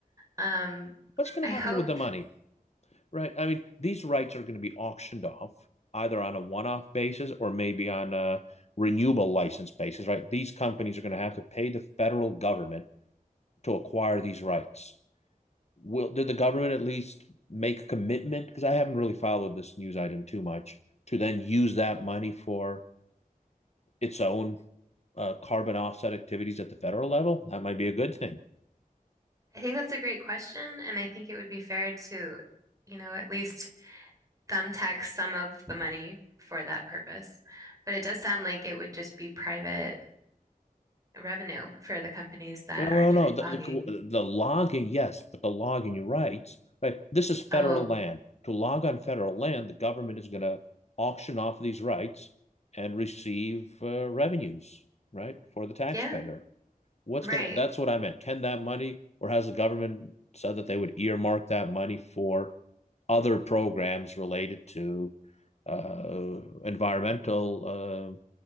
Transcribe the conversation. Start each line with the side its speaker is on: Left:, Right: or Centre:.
Right: Um,
Left: What's going
Right: I
Left: to happen
Right: hope.
Left: with the money, right? I mean, these rights are going to be auctioned off either on a one off basis or maybe on a renewable license basis, right? These companies are going to have to pay the federal government to acquire these rights. will did the government at least make a commitment? Because I haven't really followed this news item too much to then use that money for its own uh, carbon offset activities at the federal level. That might be a good thing.
Right: I think that's a great question, and I think it would be fair to, you know, at least thumbtack some of the money for that purpose. But it does sound like it would just be private revenue for the companies that
Left: Well,
Right: are doing
Left: no, no, the,
Right: logging.
Left: the, the logging, yes, but the logging, you're right, right. This is federal
Right: Oh,
Left: land. To log on federal land, the government is going to auction off these rights and receive uh, revenues, right, for the taxpayer.
Right: yeah,
Left: What's
Right: right,
Left: gonna? That's what I meant. Can that money, or has the government said that they would earmark that money for other programs related to uh, environmental